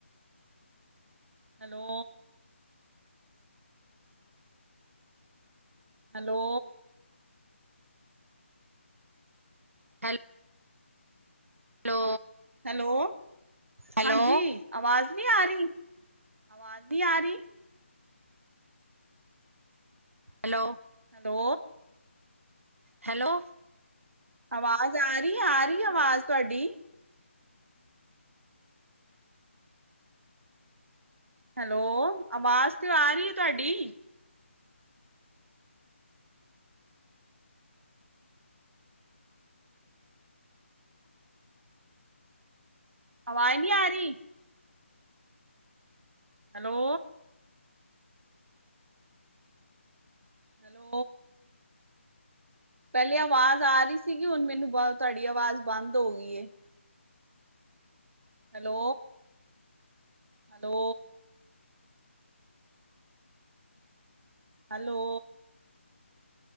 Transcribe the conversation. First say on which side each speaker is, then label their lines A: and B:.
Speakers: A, on the right; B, on the right.
A: hello hello
B: hello hello
A: hello
B: ਹੈਲੋ
A: ਹਾਂਜੀ ਅਵਾਜ਼ ਨਹੀਂ ਆ ਰਹੀ ਆਵਾਜ਼ ਨ ਆਰੀ
B: ਹੈਲੋ
A: ਹੈਲੋ
B: ਹੈਲੋ
A: ਆਵਾਜ਼ ਆ ਰਹੀ ਆ ਰਹੀ ਆਵਾਜ਼ ਤੁਹਾਡੀ ਹੈਲੋ ਆਵਾਜ਼ ਤ ਆ ਰਹੀ ਹੈ ਤੁਹਾਡੀ ਆਵਾਜ਼ ਨੀ ਆਰੀ ਹੈਲੋ ਹੈਲੋ ਪਹਿਲੇ ਆਵਾਜ਼ ਆ ਰਹੀ ਸੀਗੀ ਹੁਣ ਮੈਨੂੰ ਤੁਹਾਡੀ ਆਵਾਜ਼ ਬੰਦ ਹੋ ਗਈ ਹੈਲੋ ਹੈਲੋ ਹੈਲੋ